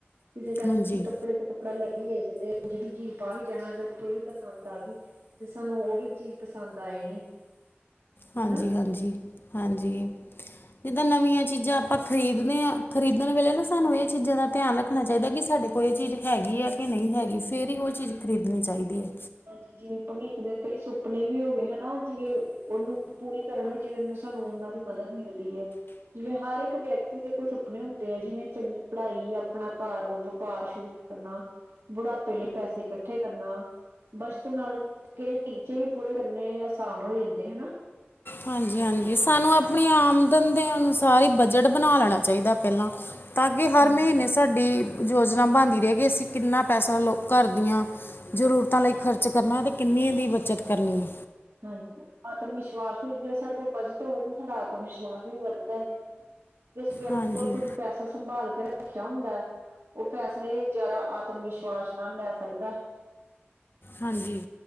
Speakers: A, on the right; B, on the left.
A: ਕਿਸੇ ਟਾਈਮ
B: ਹਾਂਜੀ
A: ਅਸੀਂ ਕੱਪੜੇ ਤੇ ਕੱਪੜਾ ਲੈ ਕੇ ਆਈ ਜਾਂਦੇ, ਜਿਹੜੀ ਚੀਜ਼ ਬਾਹਰ ਹੀ ਜਾਣਾ ਅਗਰ ਕੋਈ ਵੀ ਪਸੰਦ ਆ ਗਈ ਤੇ ਸਾਨੂੰ ਉਹ ਵੀ ਚੀਜ਼ ਪਸੰਦ ਆ ਜਾਣੀ
B: ਹਾਂਜੀ-ਹਾਂਜੀ-ਹਾਂਜੀ।
A: ਹਨਾ
B: ਜਿੱਦਾਂ ਨਵੀਆਂ ਚੀਜ਼ਾਂ ਆਪਾਂ ਖਰੀਦਦੇ ਆ, ਖਰੀਦਣ ਵੇਲੇ ਨਾ ਸਾਨੂੰ ਇਹ ਚੀਜ਼ਾਂ ਦਾ ਧਿਆਨ ਰੱਖ ਆਣਾ ਚਾਹੀਦਾ ਕਿ ਸਾਡੇ ਕੋਲ ਇਹ ਚੀਜ਼ ਹੈਗੀ ਆ ਕਿ ਨਹੀਂ ਹੈਗੀ, ਫਿਰ ਹੀ ਉਹ ਚੀਜ਼ ਖਰੀਦਣੀ ਚਾਹੀਦੀ ਹੈ।
A: ਹਾਂਜੀ, ਜਿਵੇਂ ਭਵਿੱਖ ਦੇ ਕਈ ਸੁਪਨੇ ਵੀ ਹੋ ਗਏ ਹਨਾ ਜਿਵੇਂ ਉਹਨੂੰ ਪੂਰੀ ਕਰਨ ਵਿੱਚ ਵੀ ਉਹਨੂੰ ਸਾਨੂੰ ਉਹਨਾਂ ਦੀ ਮਦਦ ਮਿਲਦੀ ਹੈ। ਜਿਵੇਂ ਹਰ ਇੱਕ ਵਿਅਕਤੀ ਦੇ ਕੁਝ ਸੁਪਨੇ ਹੁੰਦੇ ਆ, ਜਿਵੇਂ ਚੰਗੀ ਪੜ੍ਹਾਈ, ਆਪਣਾ ਘਰ, ਵਪਾਰ ਸ਼ੁਰੂ ਕਰਨਾ, ਬੁਢਾਪੇ ਲਈ ਪੈਸੇ ਇਕੱਠੇ ਕਰਨਾ ਬੱਚਤ ਨਾਲ ਕਿ ਟੀਚੇ ਵੀ ਪੂਰੇ ਕਰਨੇ ਆਸਾਨ ਹੋ ਜਾਂਦੇ ਹਨਾ।
B: ਹਾਂਜੀ-ਹਾਂਜੀ, ਸਾਨੂੰ ਆਪਣੀ ਆਮਦਨ ਦੇ ਅਨੁਸਾਰ ਈ ਬਜਟ ਬਣਾ ਲੈਣਾ ਚਾਹੀਦਾ ਪਹਿਲਾਂ ਤਾਂ ਕਿ ਹਰ
A: ਹਮ
B: ਮਹੀਨੇ ਸਾਡੀ ਯੋਜਨਾ ਬਣਦੀ ਰਹੇ ਕਿ ਅਸੀਂ ਕਿੰਨਾ ਪੈਸਾ ਲੋ ਘਰ ਦੀਆਂ ਜ਼ਰੂਰਤਾਂ ਲਈ ਖਰਚ ਕਰਨਾ ਤੇ ਕਿੰਨੀਆਂ ਦੀ ਬੱਚਤ ਕਰਨੀ ਐ।
A: ਹਾਂਜੀ, ਆਤਮ ਵਿਸ਼ਵਾਸ ਵੀ ਜੇ ਸਾਡੇ ਕੋਲ ਬਚਤ ਹੋਵੇ ਤਾਂ ਸਾਡਾ ਆਤਮ ਵਿਸ਼ਵਾਸ ਵੀ ਵੱਧਦਾ ਜੇ। ਹਨਾ ਜਿਸ ਵਿਅਕਤੀ
B: ਹਾਂਜੀ
A: ਕੋਲ ਕੁੱਝ ਪੈਸਾ ਸੰਭਾਲ ਕੇ ਰੱਖ ਰੱਖਿਆ ਹੁੰਦਾ ਐ, ਉਹ ਫੈਸਲੇ ਜ਼ਿਆਦਾ ਆਤਮ ਵਿਸ਼ਵਾਸ ਨਾਲ ਲੈ ਸਕਦਾ ਐ।
B: ਹਾਂਜੀ,